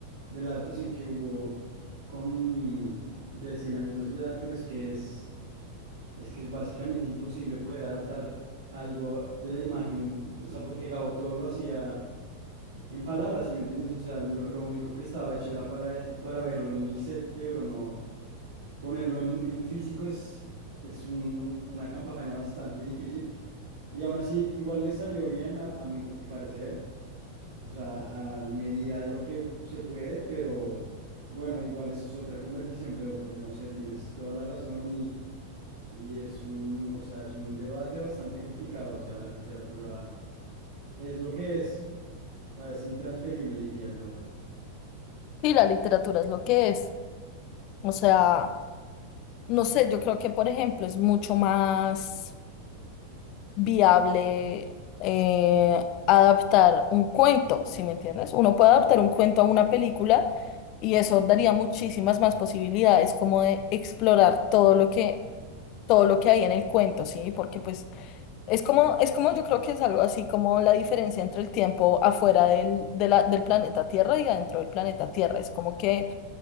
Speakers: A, on the right; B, on the left.
A: de la adaptación que hubo con de Cien años de soledad, pero es que es... Es que es básicamente imposible poder adaptar algo de la imagen, o sea, porque Gabo todo lo hacía en palabras, si me entiendes? O sea, lo, lo único que estaba hecho era para, para verlo en el cerebro, no ponerlo en, en físico es, es un- un- una campaña bastante difícil y aún así igual le salió bien a, a mi parecer, o sea, a medida de lo que se puede, pero bueno, igual eso es otra conversación, pero pues no sé, tienes toda la razón y... Y es un, o sea, es un debate bastante complicado, o sea, la literatura es lo que es, o sea, es intransferible, diría yo.
B: Sí, la literatura es lo que es. O sea, no sé, yo creo que, por ejemplo, es mucho más... viable eh, adaptar un cuento, si me entiendes? Uno puede adaptar un cuento a una película y eso daría muchísimas más posibilidades como de explorar todo lo que, todo lo que hay en el cuento, ¿sí? Porque pues es como, es como yo creo que es algo así como la diferencia entre el tiempo afuera del, de la- del planeta Tierra y adentro del planeta Tierra. Es como que